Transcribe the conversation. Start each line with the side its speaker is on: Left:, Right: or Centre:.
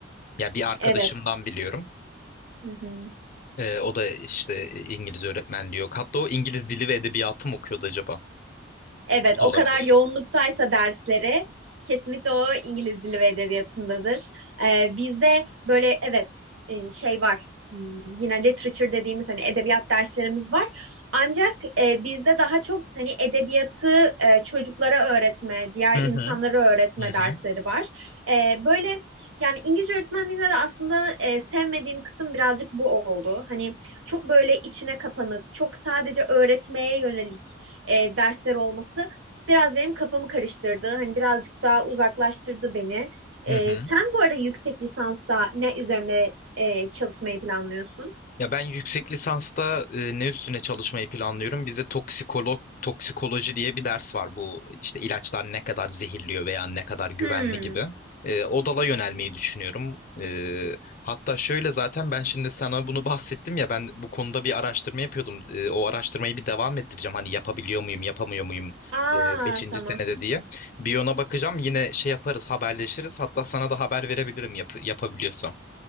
Left: Ya bir arkadaşımdan
Right: Evet.
Left: biliyorum.
Right: Hı hı.
Left: E, o da işte İngiliz öğretmenliği yok. Hatta o İngiliz dili ve edebiyatı mı okuyordu acaba?
Right: Evet,
Left: O
Right: o
Left: da olabilir.
Right: kadar yoğunluktaysa dersleri kesinlikle o İngiliz Dili ve Edebiyatı'ndadır. Ee, bizde böyle evet e, şey var. Hmm, Yine literature dediğimiz hani edebiyat derslerimiz var. Ancak e, bizde daha çok hani edebiyatı e, çocuklara öğretme, diğer
Left: Hı
Right: insanlara
Left: hı.
Right: öğretme
Left: Hı
Right: dersleri
Left: hı.
Right: var. E, böyle yani İngilizce öğretmenliğinde de aslında e, sevmediğim kısım birazcık bu oldu. Hani çok böyle içine kapanık, çok sadece öğretmeye yönelik e, dersler olması biraz benim kafamı karıştırdı. Hani birazcık daha uzaklaştırdı beni. E,
Left: Hı hı.
Right: sen bu arada yüksek lisansta ne üzerine e, çalışmayı planlıyorsun?
Left: Ya ben yüksek lisansta e, ne üstüne çalışmayı planlıyorum? Bizde toksikolog toksikoloji diye bir ders var. Bu işte ilaçlar ne kadar zehirliyor veya ne kadar güvenli
Right: Hmm.
Left: gibi. E, o dala yönelmeyi düşünüyorum. E, hatta şöyle zaten ben şimdi sana bunu <laughs> bahsettim ya ben bu konuda bir araştırma yapıyordum. E, o araştırmayı bir devam ettireceğim. Hani yapabiliyor muyum, yapamıyor muyum?
Right: Aa
Left: E, beşinci
Right: tamam.
Left: senede diye. Bir ona bakacağım. Yine şey yaparız, haberleşiriz. Hatta sana da haber verebilirim yap yapabiliyorsam.